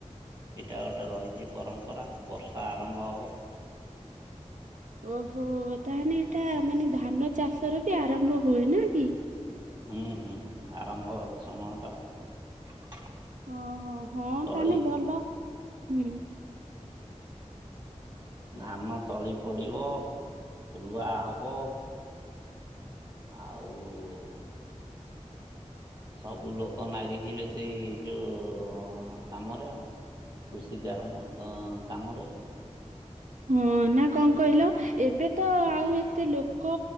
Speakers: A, on the right (about 35°); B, on the right (about 85°).
A: ଏଇଟା ଗୋଟେ ରହିଚି ପରମ୍ପରା ବର୍ଷା ଆରମ୍ବ ହବ।
B: ଓହୋ ତାହେନେ ଏଟା ମାନେ ଧାନ ଚାଷର ବି ଆରମ୍ଭ ହୁଏ ନା କି?
A: ହୁଁ ହୁଁ ଆରମ୍ଭ ସମୟ ଟା ବା।
B: ଓହୋ ହଁ
A: ତଳି
B: ତାନେ ଭଲ ହୁଁ।
A: ଧାନ ତଳି ପଡ଼ିବ, ରୁଆ ହବ। ଆଉ ସବୁ ଲୋକ ନାଗିଯିବେ ସେଇ ଯୋଉ କାମରେ ଆଉ କୃଷି କାର୍ମ ଅ କାମରେ।
B: ହଁ ନାଁ କଣ କଇଲ ଏବେ ତ ଆଉ ଏତେ ଲୋକ